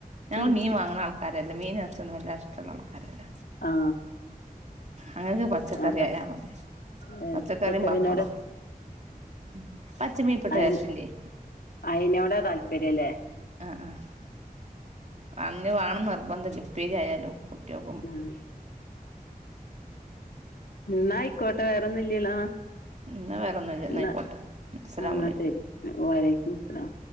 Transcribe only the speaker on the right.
ഞങ്ങൾ
മീൻ വാങ്ങ്ണ ആൾക്കരല്ല ആക്കാരല്ല മീനും അറ്ച്ചിയൊന്നും വല്ലാ ഇഷ്ടള്ള ആൾക്കാരല്ല
അങ്ങക്ക് പച്ചക്കറി
ആയാ മതി
പച്ചക്കറിം പപ്പടും ഉം പച്ച മീന് ഇപ്പ
ടേസ്റ്റ് ഇല്ലയ്
ആഹ് ആ ഹ് അഹന്നെ വാണം നിർബന്ധല്ല ഉപ്പേരി ആയാലും കുട്ട്യാക്ക്
എന്നാ വേറൊന്നുല്ല
ന്നാ ആയിക്കോട്ടെ അസ്സലാമു
അലൈക്കും